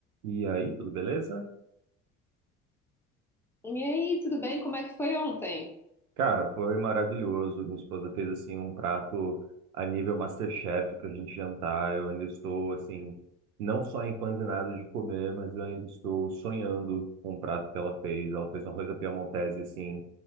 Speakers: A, on the right; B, in the centre.
A: E aí, tudo beleza?
B: E aí, tudo bem? Como é que foi ontem?
A: Cara, foi maravilhoso. Minha esposa fez assim um prato a nível MasterChef pra gente jantar. Eu ainda estou assim, não só empanzinado de comer, mas eu ainda estou sonhando com o prato que ela fez. Ela fez uma coisa piemontese assim